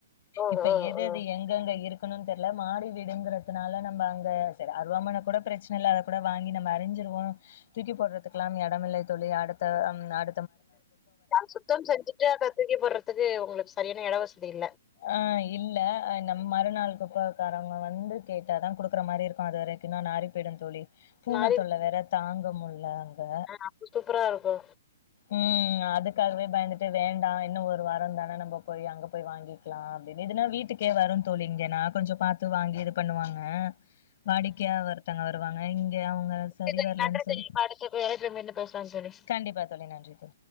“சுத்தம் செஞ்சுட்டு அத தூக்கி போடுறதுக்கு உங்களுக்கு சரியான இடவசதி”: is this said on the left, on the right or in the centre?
Left